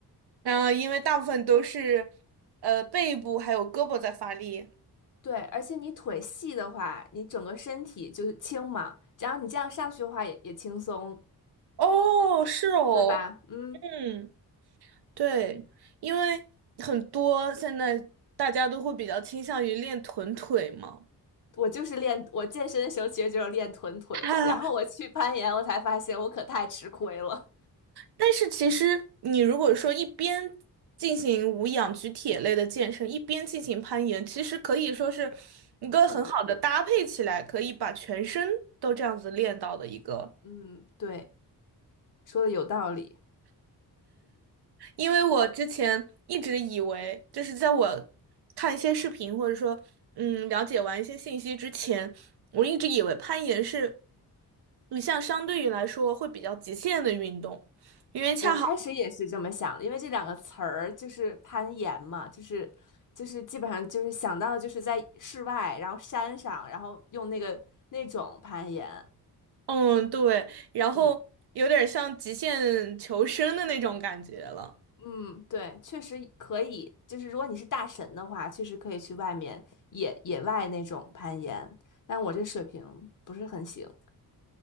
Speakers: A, on the right (about 80°); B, on the left (about 50°).
A: 啊，因为大部分都是呃背部还有胳膊在发力。
B: 对，而且你腿细的话，你整个身体就是轻嘛，然后你这样上去的话也也轻松，
A: 哦，是哦，
B: 对吧？嗯，
A: 嗯，对，因为很多现在大家都会比较倾向于练臀腿嘛，
B: 我就是练，我健身的时候其实就是练臀腿的，
A: <laughs> 哈哈
B: 然后我去攀岩，我才发现我可太吃亏了，
A: 但是其实你如果说一边进行无氧举铁类的健身，一边进行攀岩，其实可以说是一个很好的搭配起来，
B: 互补。
A: 可以把全身都这样子练到的一个。
B: 嗯，对，说的有道理。
A: 因为我之前一直以为，就是在我看一些视频或者说嗯了解完一些信息之前，我一直以为攀岩是你像相对于来说会比较极限的运动，因为恰好
B: 我开始也是这么想的，因为这两个词儿就是攀岩嘛，就是就是基本上就是想到就是在室外，然后山上，然后用那个那种攀岩。
A: 嗯对，然后有点像极限求生的那种感觉了。
B: 嗯。嗯，对，确实可以。就是如果你是大神的话，确实可以去外面野野外那种攀岩。但我这水平不是很行。